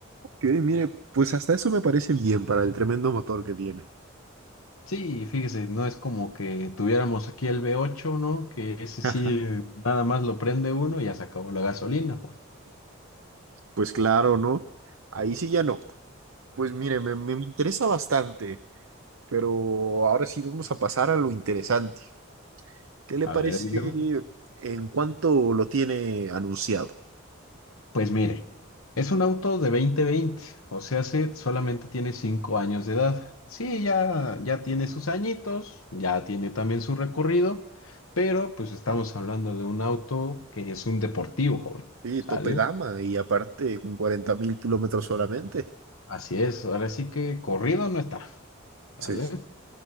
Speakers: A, on the right; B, on the left.
A: Que, mire, pues hasta eso me parece bien para el tremendo motor que tiene.
B: Sí, fíjese, no es como que tuviéramos aquí el V8, ¿no? Que ese
A: <laughs>
B: sí, nada más lo prende uno y ya se acabó la gasolina. joder.
A: Pues claro, ¿no? Ahí sí ya no. Pues mire, me, me interesa bastante, pero ahora sí vamos a pasar a lo interesante. ¿Qué le parece
B: A ver, dígame.
A: en cuánto lo tiene anunciado?
B: Pues mire, es un auto de 2020, o sea, se solamente tiene 5 años de edad. Sí, ya, ya tiene sus añitos, ya tiene también su recorrido, pero pues estamos hablando de un auto que es un deportivo, joven,
A: Sí,
B: ¿sale?
A: tope gama y aparte con cuarenta mil kilómetros solamente.
B: Así es, ahora sí que corrido no está, ¿sale?
A: Sí.